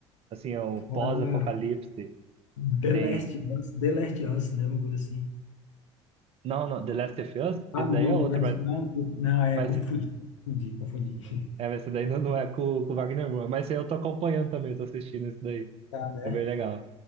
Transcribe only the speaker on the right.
assim, é um
pós-apocalipse.
Tem,
não, não, The Last of Us.
Esse
daí é outro,
mas,
mas
é, mas esse daí não, não é com, com o Wagner Moura. Mas esse aí eu tô acompanhando também, tô assistindo esse daí.
É bem legal.